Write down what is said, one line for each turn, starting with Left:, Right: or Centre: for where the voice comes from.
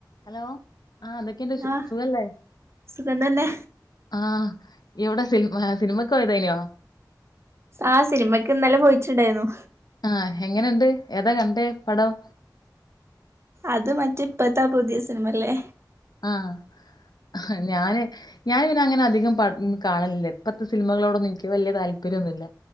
Left: ഹലോ ആഹ എന്തൊക്കെണ്ട് വി
Right: ആഹ്
Left: സുഖല്ലേ
Right: സുഖം തന്നെ
Left: ആഹ എവിടൊ സിനി സിനിമ കൊയ തേ നിയോ
Right: ആ സിനിമക്ക് ഇന്നലെ പോയിറ്റ്ണ്ടായിരുന്നു
Left: ആഹ എങ്ങനുണ്ട് ഏതാ കണ്ടേ പടം
Right: അത് മറ്റേ ഇപ്പത്താ പുതിയ സിനിമല്ലേ
Left: ആഹ ഞാന് ഞൻ പിന്നെ അങ്ങനെ അധികം പട് കാണലില്ല ഇപ്പത്തസിൽമകളോടൊന്നുംനിക്ക് വല്യതാല്പര്യഒന്നുല്ല